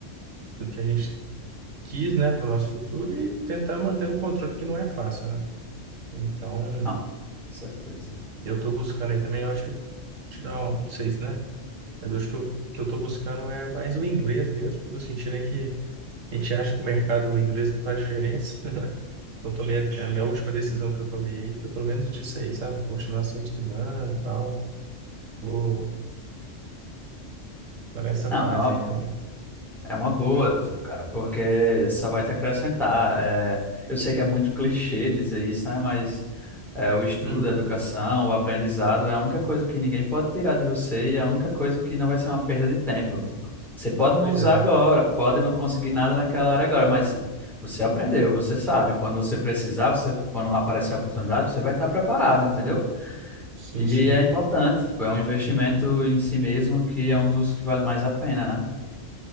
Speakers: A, on the right; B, in the centre.
A: tudo que a gente quis, né, para o nosso futuro e tentar manter um controle que não é fácil, né? Então,
B: Não, certeza.
A: eu estou buscando aí também, eu acho que eu te dá um, não sei se, né? Mas eu acho que eu, que eu estou buscando é mais o inglês mesmo, porque eu tô sentindo aí que a gente acha que o mercado do inglês não faz diferença. <laughs> Então, tomei a, a minha última decisão que eu tomei aí foi pelo menos disso aí, sabe? Continuar sempre estudando e tal. Tô, tô nessa
B: Não,
A: fase
B: é uma,
A: aí também.
B: É uma boa, cara, porque só vai te acrescentar. É, eu sei que é muito clichê dizer isso, né? Mas é, o estudo,
A: Hum,
B: a educação, o aprendizado é a única coisa que ninguém pode tirar de você e é a única coisa que não vai ser uma perda de tempo. Tipo, você pode não
A: pois
B: usar
A: é,
B: agora, pode não conseguir nada naquela área agora, mas se você aprendeu, você sabe. Quando você precisar, você, quando aparecer a oportunidade, você vai estar preparado, entendeu?
A: sim,
B: E
A: sim,
B: é importante, tipo, é um investimento em si mesmo que é um dos que vale mais a pena, né?